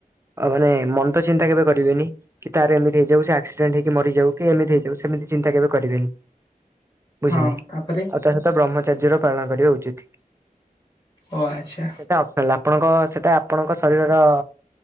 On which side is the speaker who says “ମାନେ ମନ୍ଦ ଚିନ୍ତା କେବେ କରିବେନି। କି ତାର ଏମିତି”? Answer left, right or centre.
Right